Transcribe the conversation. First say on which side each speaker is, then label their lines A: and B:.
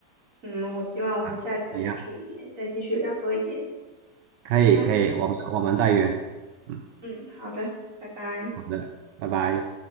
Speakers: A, on the right; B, on the right.
A: 嗯，我希望我们下一次还可以再继续聊多一点
B: 啊，一样，可以，
A: 其他的。
B: 可以，我们我们再约。嗯，
A: 嗯，好的，拜拜。
B: 好的，拜拜。